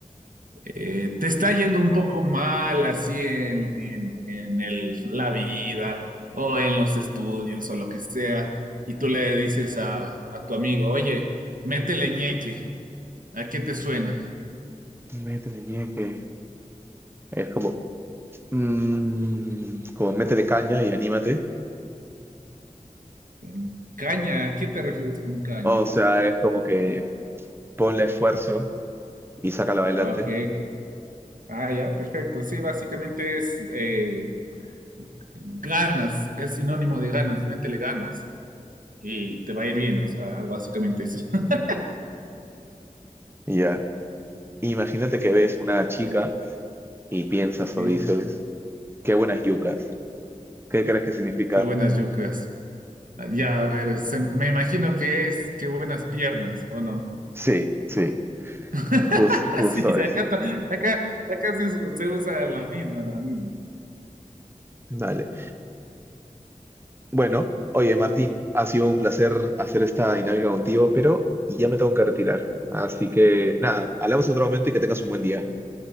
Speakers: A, on the right (about 80°); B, on the right (about 15°).
A: eh, te está yendo un poco mal así en, en- en el- la vida o en los estudios o lo que sea, y tú le dices a, a tu amigo, oye, métele ñeque, ¿a qué te suena?
B: Métele ñeque. Es como, mm, como métele caña y anímate.
A: "Mm, Caña, ¿a qué te refieres con caña?
B: O sea, es como que ponle esfuerzo y sácalo adelante.
A: Ok, ah, ya, perfecto. Sí, básicamente es eh, ganas, es sinónimo de ganas, métele ganas. y te va a ir bien, o sea, básicamente eso. <laughs>
B: y Ya. Imagínate que ves una chica y piensas
A: Ok,
B: o dices, qué buenas yucas. ¿Qué crees que significa?
A: qué buenas yucas. Ah, Ya, a ver, se- me imagino que es qué buenas piernas, ¿o no?
B: Sí, sí,
A: <laughs>
B: jus- justo
A: Sí, sí,
B: eso.
A: acá, ta- acá, acá se, se usa la misma, la misma.
B: Dale. Bueno, oye, Martín, ha sido un placer hacer esta dinámica contigo, pero ya me tengo que retirar. Así que nada, hablamos en otro momento y que tengas un buen día.